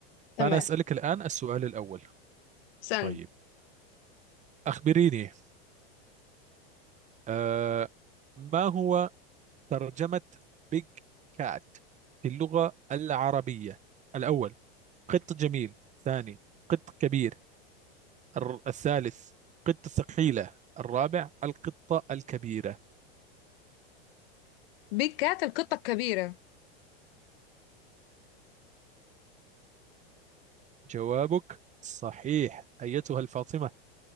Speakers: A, on the left; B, on the right.
A: تمام
B: فأنا أسألك الآن السؤال الأول
A: استنى
B: طيب أخبريني آه، ما هو ترجمة بيج كات في اللغة العربية الأول قط جميل ثاني قط كبير الر- الثالث قطة ثقيلة الرابع القطة الكبيرة
A: بيج كات القطة الكبيرة
B: جوابك صحيح أيتها الفاطمة